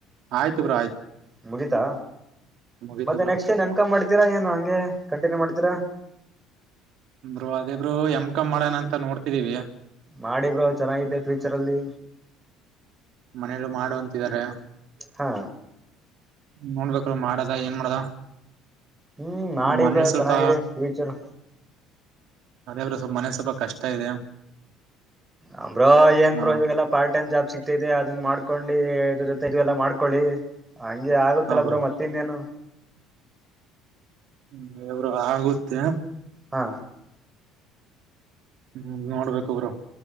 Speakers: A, on the right; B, on the right.
A: ಆಯ್ತು ಬ್ರೋ ಆಯ್ತು
B: ಮುಗಿತಾ
A: ಮುಗೀತು
B: ಮತ್ತೆ
A: ಬ್ರೋ
B: ನೆಕ್ಸ್ಟ್ ಏನ್ ಎಮ್ ಕಮ್ ಮಾಡ್ತೀರ ಏನು ಹಂಗೆ ಕಂಟಿನ್ಯೂ ಮಾಡ್ತೀರಾ.
A: ಬ್ರೊ ಅದೇ ಬ್ರೋ ಎಮ್ ಕಮ್ ಮಾಡಣ ಅಂತ ನೋಡ್ತಿದಿವಿ.
B: ಮಾಡಿ ಬ್ರೋ ಚೆನ್ನಾಗಿದ್ದೇ ಫ್ಯೂಚರ್ ಅಲ್ಲಿ.
A: ಮನೇಲು ಮಾಡು ಅಂತಿದರೆ.
B: ಹಾ.
A: ನೋಡ್ಬೇಕಲ್ ಮಾಡದ ಏನ್ ಮಾಡದ.
B: ಹ್ಮ್ ಮಾಡಿ
A: ಮನೇಲಿ
B: ಬ್ರೊ
A: ಸ್ವಲ್ಪ
B: ಚೆನ್ನಾಗಿದೆ ಫ್ಯೂಚರು.
A: ಅದೇ ಬ್ರೊ ಸ್ವಲ್ ಮನೆಲ್ ಸ್ವಲ್ಪ ಕಷ್ಟ ಇದೆ.
B: ಅಂ ಬ್ರೋ ಏನ್
A: ಹಾ
B: ಬ್ರೊ ಇವಾಗೆಲ್ಲ ಪಾರ್ಟ್ ಟೈಮ್ ಜಾಬ್ ಸಿಕ್ತಿದೆ ಅದನ್ ಮಾಡ್ಕೊಂಡೀ ಇದ್ರು ಜೊತೆ ಇದು ಎಲ್ಲ ಮಾಡ್ಕೊಳ್ಳಿ. ಹಂಗೆ ಆಗುತಲ್ಲ
A: ಹಾ ಬ್ರೋ
B: ಬ್ರೊ ಮತ್ ಇನೇನು.
A: ಹ್ಮ ಎಬ್ರೊ ಆಗುತ್ತೆ.
B: ಹಾ.
A: ಹ್ಮ್ ನೋಡ್ಬೇಕು ಬ್ರೊ.